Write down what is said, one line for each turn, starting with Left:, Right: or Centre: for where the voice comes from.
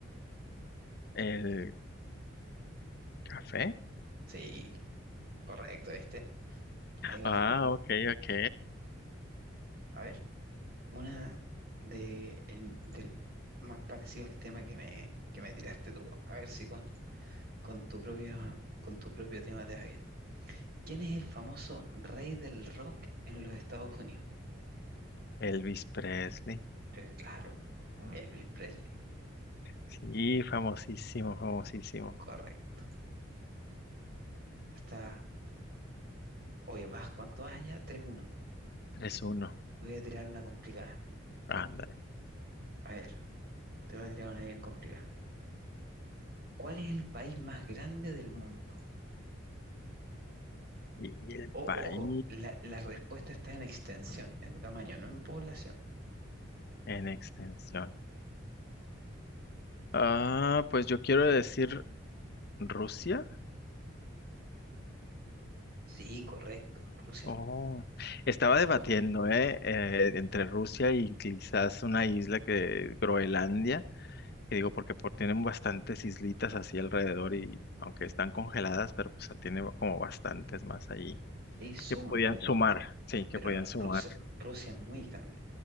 Left: El café.
Right: Sí, correcto, este. Ahí vas
Left: Ah,
Right: aún.
Left: ok, ok.
Right: A ver, Una de el- del más parecido al tema que me, que me tiraste tú. A ver si con, con tu propio, con tu propio tema te va bien. ¿Quién es el famoso rey del rock en los Estados Unidos?
Left: Elvis Presley.
Right: Pues claro, Mm. Elvis Presley.
Left: Sí, famosísimo, famosísimo.
Right: Correcto. Esta está. Oye, vas, ¿cuánto vas allá? tres uno
Left: tres uno
Right: Te voy a tirar una complicada.
Left: Ándale.
Right: A ver, te voy a tirar una bien complicada. ¿Cuál es el país más grande del mundo?
Left: Y el
Right: O-
Left: país
Right: ojo, la, la respuesta está en extensión, en tamaño, no en población.
Left: en extensión. Ah, pues yo quiero decir Rusia.
Right: Sí, correcto, Rusia.
Left: Oh, estaba debatiendo,
Right: Con-
Left: ¿eh? Eh, entre Rusia y quizás una isla que, Groenlandia, que digo porque por, tienen bastantes islitas así alrededor y aunque están congeladas, pero pues tiene como bastantes más ahí
Right: sí, suman,
Left: que podían
Right: pero,
Left: sumar, sí, que
Right: pero
Left: podían
Right: no,
Left: sumar,
Right: Rusia, Rusia es muy grande.